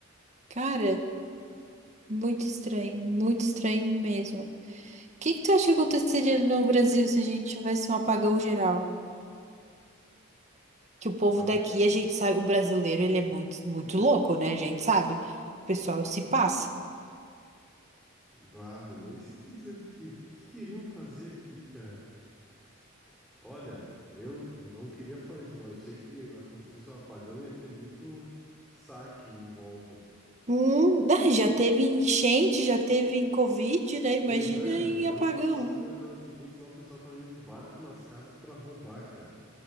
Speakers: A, on the right; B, in the centre.
A: cara, muito estranho, muito estranho mesmo. O que que tu acha que aconteceria no Brasil se a gente tivesse um apagão geral? que o povo
B: Bah.
A: daqui, a gente sabe, o brasileiro, ele é muito, muito louco, né? A gente sabe. O pessoal se passa.
B: Barra, nem sei te dizer o que, que, que queriam fazer aqui, cara. Olha, eu não queria falar isso, mas eu sei que acontecesse um apagão e ia ter muito saque em volta.
A: Hum, né, já teve enchente, já teve em Covid, né? Imagina
B: Pois é,
A: em
B: o
A: apagão.
B: ano passado deu aquelas enchentes lá, o pessoal tava indo de barco nas casas pra roubar, cara.